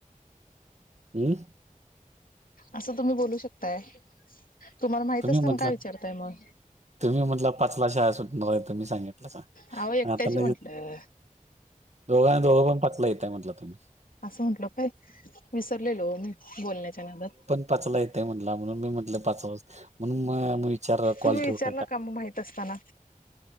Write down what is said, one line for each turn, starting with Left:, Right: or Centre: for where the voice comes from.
Right: हम्म
Left: असं तुम्ही बोलू शकताय, तुम्हाला माहित
Right: तुम्ही
Left: असताना
Right: म्हटला
Left: काय विचारताय मग?
Right: तुम्ही म्हणला पाचला शाळा सुटणार तर मी सांगितलं, सांग
Left: अहो एकट्याची
Right: आता -
Left: म्हंटलं
Right: दोघांनी दोघ पण पटलं येतं म्हटलं तुम्ही. <unintelligible>
Left: असं म्हंटलो काय मी, विसरलेलो मी बोलण्याच्या नादात.
Right: पचला येतय म्हटला म्हणून मी म्हटल पाच <inaudible> म्हणून विचार कॉल
Left: तुम्ही विचारला
Right: ठेवू -
Left: का मग माहित असताना